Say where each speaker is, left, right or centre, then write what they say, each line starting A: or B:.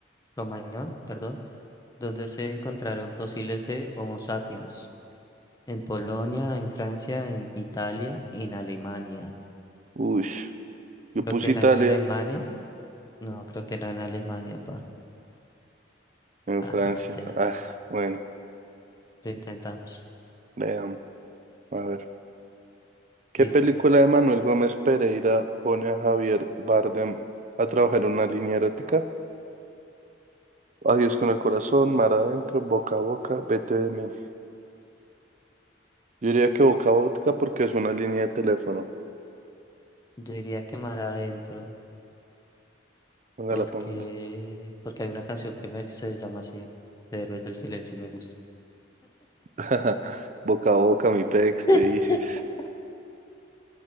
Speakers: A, on the left; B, on the right.
A: Cromañón, perdón, donde se encontraron fósiles de Homo sapiens? En Polonia, en Francia, en Italia, en Alemania.
B: Uy, yo puse
A: Creo que era
B: Italia.
A: en Alemania. No, creo que era en Alemania, pa.
B: En
A: A
B: Francia.
A: Francia.
B: Ah, bueno,
A: Lo intentamos.
B: veamos. A ver. ¿Qué
A: Dice.
B: película de Manuel Gómez Pereira pone a Javier Bardem a trabajar en una línea erótica? Adiós con el corazón, mar adentro, boca a boca, vete de mí. Yo diría que boca a boca porque es una línea de teléfono.
A: Yo diría que mar adentro.
B: Póngala,
A: porque,
B: póngala.
A: porque hay una canción que me, se llama así, de Héroes del Silencio y me gusta.
B: <laughs> Boca a boca, mi pex,
A: <laughs>
B: te dije.